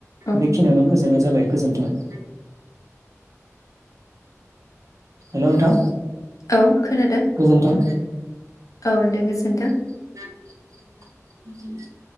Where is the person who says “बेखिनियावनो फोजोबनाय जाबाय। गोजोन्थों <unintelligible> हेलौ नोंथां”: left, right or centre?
Right